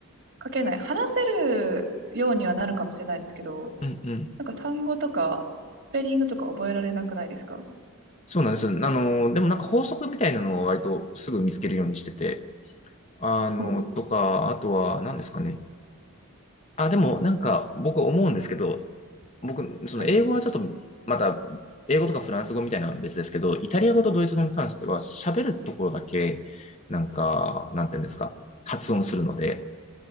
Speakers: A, on the right; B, on the left.
A: 書けない。話せるようにはなるかもしれないですけど、
B: うん、うん。
A: なんか単語とか、スペリングとか覚えられなくないですか
B: そうなんです。あの、でもなんか法則みたいなのは割とすぐ見つけるようにしてて、あの、
A: ほう。
B: とか、あとは何ですかね。あ、でもなんか僕思うんですけど、僕、その英語はちょっと、
A: はい。
B: また、英語とかフランス語みたいなのは別ですけど、イタリア語とドイツ語に関しては、喋るところだけ、なんか、なんていうんですか、発音するので、